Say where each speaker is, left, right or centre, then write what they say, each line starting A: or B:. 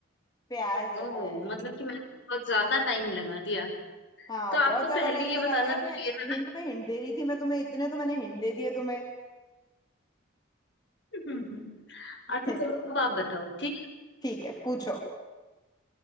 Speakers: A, on the left; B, on the left.
A: प्याज होता
B: ओह
A: है
B: मतलब कि मैंने बहुत ज्यादा टाइम लगा दिया
A: हाँ
B: तो आपको
A: बहुत ज्यादा
B: पहले
A: टाइम
B: ये
A: लगा
B: बताना
A: दिया और मैं
B: चाहिए था
A: हिंट पे हिंट दे रही थी मैं तुम्हें इतने तो मैंने हिंट दे दिए तुम्हें
B: ना <laughs>
A: <laughs>
B: अच्छा चलो अब आप बताओ ठीक
A: ठीक है पूछो